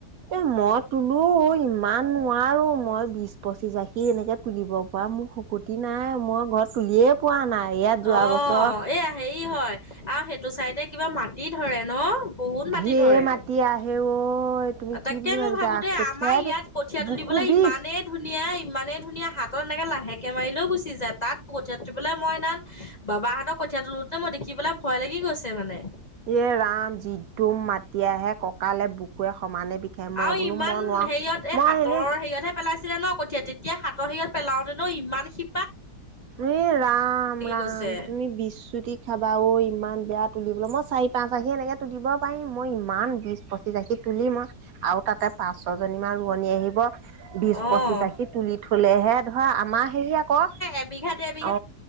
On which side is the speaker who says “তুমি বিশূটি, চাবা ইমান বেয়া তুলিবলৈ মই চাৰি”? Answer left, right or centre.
Right